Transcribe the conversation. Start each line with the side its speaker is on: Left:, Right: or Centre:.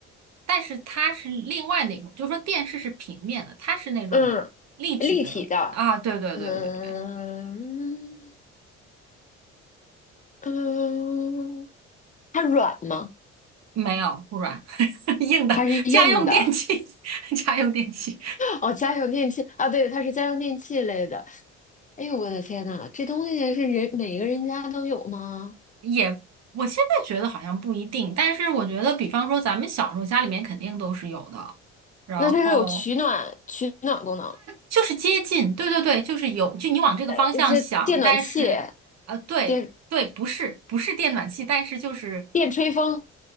Right: 但是它是另外那种，就是说电视是平面的，它是那种立体的啊，
Left: 嗯，立体的，
Right: 对对对对对，
Left: 嗯嗯，它软吗？
Right: 没有，不软，<laughs> 硬的，
Left: 它是硬的？
Right: 家用电器，<laughs> 家用电器
Left: 哦，家用电器啊，对，它是家用电器类的。哎呦，我的天呐，这东西是人每个人家都有吗？
Right: 也，我现在觉得好像不一定，但是我觉得，比方说咱们小时候家里面肯定都是有的，然后。
Left: 那它是有取暖取暖功能，
Right: 就是接近，对对对，就是有，就你往这个方向想，
Left: 呃，这电暖气、
Right: 但是，呃，对对，
Left: 电
Right: 不是不是电暖气，但是就是
Left: 电吹风